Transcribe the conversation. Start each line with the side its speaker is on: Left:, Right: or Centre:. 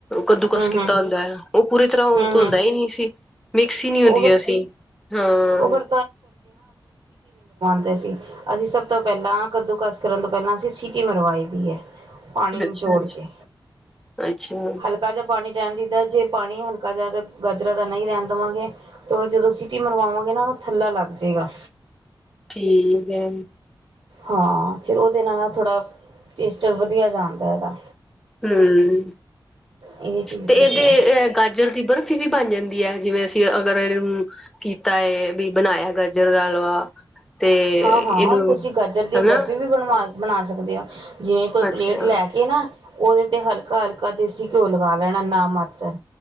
Centre: ਕੱਦੂਕਸ
Right: ਹੂੰ
Centre: ਕੀਤਾ
Right: ਹੂੰ
Centre: ਹੁੰਦਾ ਹੈ ਉਹ ਪੂਰੀ ਤਰ੍ਹਾਂ
Right: ਹੂੰ
Centre: ਘੁਲਦਾ
Right: ਹੂੰ
Centre: ਹੀ ਨਹੀਂ ਸੀ ਮਿਕਸ ਹੀ ਨਹੀਂ
Right: ਉਹ
Centre: ਹੁੰਦੀਆਂ
Right: ਫਿਰ
Centre: ਸੀ ਹਾਂ।
Right: ਉਹ ਫਿਰ ਦੇ ਸੀ। ਅਸੀ ਸਭ ਤੋਂ ਪਹਿਲਾਂ ਕੱਦੂ ਕਸ ਕਰਨ ਤੋਂ ਪਹਿਲਾਂ ਅਸੀਂ ਸਿਟੀ ਮਰਵਾਈ ਦੀ ਹੈ। ਪਾਣੀ ਨਿਚੋੜ
Centre: ਅੱਛਾ ਅੱਛਾ
Right: ਕੇ
Centre: ਅੱਛਾ।
Right: ਹਲਕਾ ਜਿਹਾ ਪਾਣੀ ਰਹਿਣ ਦੀ ਦਾ ਜੇ ਪਾਣੀ ਹਲਕਾ ਜਿਦਾ ਗਾਜਰਾਂ ਦਾ ਨਹੀਂ ਰਹਿਣ ਦੇਵਾਂਗੇ ਤੇ ਜਦੋਂ ਸਿਟੀ ਮਰਵਾਵਾਂਗੇ ਨਾ ਉਹ ਥੱਲਾ ਲੱਗ ਜਏਗਾ।
Centre: ਠੀਕ ਹੈ।
Right: ਹਾਂ ਫਿਰ ਉਹਦੇ ਨਾਲ ਨਾ ਥੋੜਾ ਟੇਸਟ ਵਧੀਆ ਜਾ ਆਂਦਾ ਇਹਦਾ।
Centre: ਹਮ।
Right: ਇਹ ਚੀਜ਼
Centre: ਤੇ ਇਹਦੇ
Right: ਹੈਗੀ ਹੈ
Centre: ਅ ਗਾਜਰ ਦੀ ਬਰ ਫੀ ਵੀ ਬਣ ਜਾਂਦੀ ਹੈ ਜਿਵੇਂ ਅਸੀਂ ਅਗਰ ਇਹ ਹੁ ਕੀਤਾ ਹੈ ਵੀ ਬਣਾਇਆ ਗ ਜਰ ਦਾ ਹਲਵਾ। ਤੇ
Right: ਹਾਂ
Centre: ਇਹਨੂੰ
Right: ਹਾਂ ਤੁਸੀਂ ਗਾਜਰ ਦੀ
Centre: ਹਨਾ
Right: ਬਰਫ਼ੀ ਵੀ ਬਣਵਾ ਬਣਾ ਸਕਦੇ ਹੋ। ਜਿਵੇਂ ਕੋਈ
Centre: ਅੱਛਾ
Right: ਪਲੇਟ ਲੈ ਕੇ ਨਾ ਉਹਦੇ ਤੇ ਹਲਕਾ ਹਲਕਾ ਦੇਸੀ ਘਿਓ ਲਗਾ ਲੈਣਾ ਨਾ ਮਾ ਤਰ